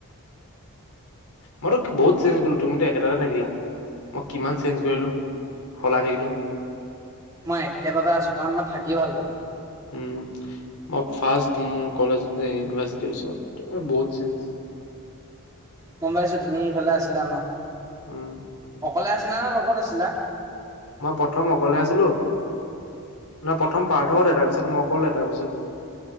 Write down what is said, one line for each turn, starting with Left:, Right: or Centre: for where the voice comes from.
Left: <inaudible> মইতো বহুত চেঞ্জ কৰিলো তুমিতো একেটাতে থাকিলা মই কিমান চেঞ্জ কৰিলো। খলাই থাকিলো।
Right: মই একেটাতে আছো কাৰণ মই থাকি ভাল পালো।
Left: উম, মই ফম কলেজ ইউনিভাৰিটি ওচৰত বহুত চেঞ্জ <inaudible>
Right: গম পাইছো তুমি ইফালে আছিলা ন
Left: উম
Right: অকলে আছিলা নে লগত আছিলা।
Left: মই প্ৰথম অকলে আছিলো। ন প্ৰথম পাৰ্থত তাৰ পিছত মই কল এ তাৰ পিছত